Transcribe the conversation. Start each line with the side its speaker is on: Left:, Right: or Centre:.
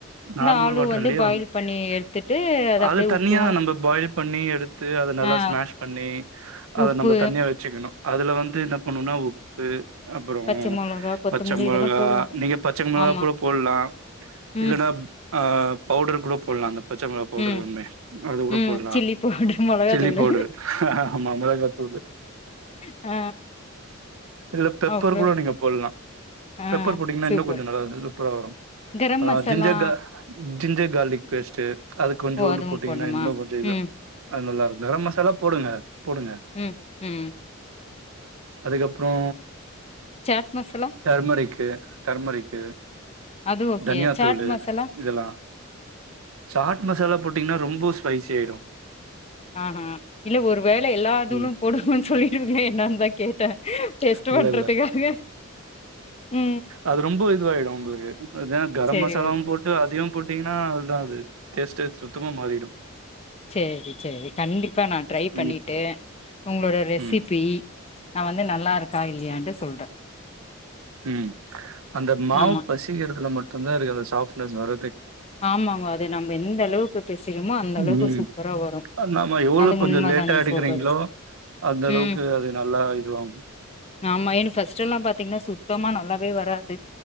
Left: இந்த
Right: நார்மல்
Left: ஆளு
Right: வாட்டர்லயே
Left: வந்து பாயில் பண்ணி எடுத்துட்டு அது
Right: அத
Left: அப்டியே
Right: தனியா
Left: உப்பு
Right: நம்ம பாயில் பண்ணி எடுத்து அத நல்லா
Left: ஆ
Right: ஸ்மாஷ் பண்ணி அத
Left: உப்பு
Right: நம்ம தண்ணியா வச்சுக்கணு அதுல வந்து என்ன பண்ணும்னா உப்பு அப்பறோ
Left: பச்ச மொளகா கொத்தமல்லி
Right: பச்ச மொளகா
Left: இதெல்லா போடுவாங்க
Right: நீங்க பச்ச மிளகா
Left: ஆமா
Right: கூட போடலா
Left: ம்
Right: இல்லன்னா ஆ பவுடர் கூட போடலா அந்த பச்ச மிளகா பவுடர்
Left: ம்
Right: ஒன்னு அது கூட
Left: ம்
Right: போடலா
Left: சில்லி பவுடர் மொளகாத்தூளு
Right: சில்லி பவுடரு ஆமா மிளகாய்த்தூள்
Left: ஆ
Right: இல்ல பெப்பர்
Left: அப்றோ
Right: கூட நீங்க போடலா
Left: ஆ
Right: பெப்பர் போட்டீங்கன்னா
Left: சூப்பர்
Right: இன்னு கொஞ்சோ நல்லா சூப்பரா வரு
Left: கரம்
Right: ஆ
Left: masala
Right: ginger ginger garlic paste அது கொஞ்சோண்டு
Left: ஓ அதுவு
Right: போட்டீங்கன்னா
Left: போட்ணுமா
Right: இன்னு கொஞ்ச இதா
Left: ம்
Right: அ நல்லா இரு கரம் மசாலா போடுங்க போடுங்க
Left: ம் ம்
Right: அதுக்கப்றோ
Left: சாட் மசாலா
Right: டர்மரிக்கு டர்மரிக்
Left: அது ஓகே
Right: தனியா
Left: சாட்
Right: தூள்
Left: மசாலா
Right: இதெல்லா சாட் மசாலா போட்டீங்கன்னா ரொம்ப ஸ்பைசி ஆயிடு
Left: ஆஹா இல்ல ஒரு வேல எல்லா இதூளு
Right: ம்
Left: போடணுன்னு சொல்லிட்டுவிங்களே என்னன்னு தா கேட்டே டெஸ்ட்
Right: இல்ல
Left: பண்றதுக்காக
Right: இல்ல
Left: உ
Right: அது ரொம்ப இதுவாயிடு உங்களுக்கு ஏன்னா கரம்
Left: சரி
Right: மசாலாவு
Left: ஓகே
Right: போட்டு அதையு போட்டீங்கன்னா அதுதா அது டேஸ்ட்ஏ சுத்தமா மாறிடு
Left: சரி சரி கண்டிப்பா நா ட்ரை பண்ணிட்டு
Right: ம்
Left: உங்களோட ரெசிபி
Right: ம்
Left: நான் வந்து நல்லா நா நா நா வந்து நல்லா இருக்கா இல்லையான்னுட்டு சொல்றே
Right: உ அந்த மாவு
Left: ஆமா
Right: பெசயற்துல மட்டு தந்தா இருக்கு அந்த சாஃப்ட்னஸ் வர
Left: ஆமாங்க அது நம்ம எந்த அளவுக்கு பேசிறோமோ அந்த அளவுக்கு
Right: ம்
Left: சூப்பரா வரு
Right: நாம எவ்ளோ
Left: அது
Right: கொஞ்சோ
Left: உண்மதா
Right: லேட்டா
Left: நீங்க
Right: எடுக்கிறீங்களோ
Left: சொல்றது
Right: அந்த அளவுக்கு
Left: ம்
Right: அது நல்லா இதுவாகு
Left: ஆமாமையேனு பர்ஸ்ட்ட்ல்லா பாத்தீங்கன்னா சு த்தமா நல்லாவே வராது